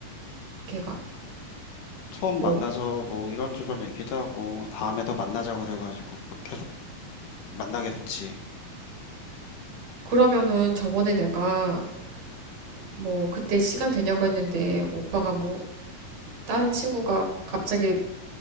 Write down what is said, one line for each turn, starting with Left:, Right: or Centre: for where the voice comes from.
Right: 걔가.
Left: 처음
Right: 뭐,
Left: 만나서 뭐 이런저런 얘기도 하고 다음에 더 만나자고 돼가지고 또 계속 만나게 됐지.
Right: 그러면은 저번에 내가 뭐 그때 시간 되냐고 했는데 오빠가 뭐 다른 친구가 갑자기